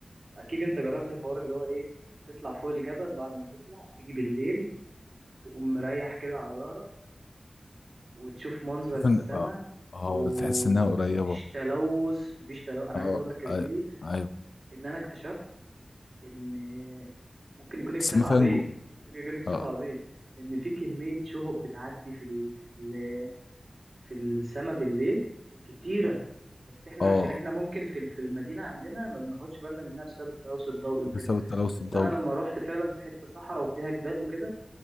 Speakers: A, on the right; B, on the left.
A: اكيد انت جربت الحوار اللي هو ايه تطلع فوق الجبل بعد ما تطلع تيجي بالليل تقوم مريح كده على ظهرك وتشوف منظر
B: تشوف
A: السماء
B: ان اه اه
A: ومفيش
B: تحس انها قريبه
A: تلوث مفيش تلوث انا
B: اه
A: عايز اقول لك يا زميلي
B: آه، ايوه
A: ان انا اكتشفت ان ممكن يكون اكتشاف
B: بس ما
A: عبيط
B: فيها نجوم
A: ممكن يكون اكتشاف
B: اه
A: عبيط ان في كميه شهب بتعدي في ال... في ال... في السما بالليل كتيرة بس احنا
B: اه
A: عشان احنا ممكن في ال- في المدينة عندنا ما بناخدش بالنا منها بسبب التلوث الضوئي وكده
B: بسبب التلوث
A: بس
B: الضوئي
A: انا لما روحت فعلا في حتة صحراء وفيها جبال وكده